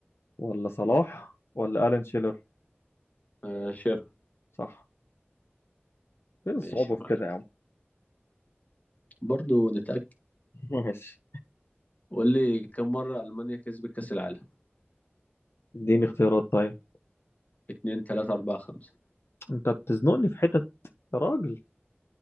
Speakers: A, on the left; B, on the left.
A: ولا صلاح ولا ألان شيلر
B: آه شير
A: صح فين
B: ماشي
A: الصعوبة
B: يا
A: في
B: معلم
A: كده يا عم
B: برضه نتأكد
A: <laughs> ماشي
B: قول لي كم مرة ألمانيا كسبت كأس العالم
A: اديني اختيارات طيب
B: اتنين تلاتة أربعة خمسة
A: انت بتزنقني في حتت يا راجل